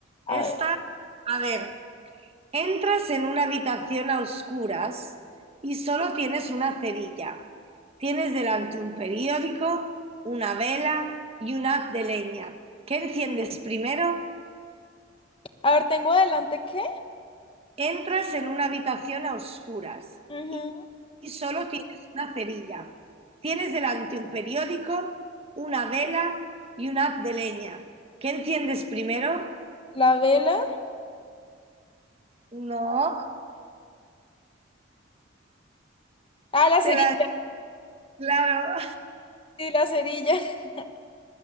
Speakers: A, on the right; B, on the left.
A: Esta,
B: A ver,
A: a ver. Entras en una habitación a oscuras y solo tienes una cerilla. Tienes delante un periódico, una vela y un haz de leña. ¿Qué enciendes primero?
B: a ver, tengo adelante qué?
A: Entras en una habitación a oscuras
B: Ujú,
A: y, y solo tienes una cerilla. Tienes delante un periódico, una vela y un haz de leña. ¿Qué enciendes primero?
B: La vela.
A: No,
B: Ah, la cerilla,
A: te la... Claro,
B: sí, la cerilla. <laughs>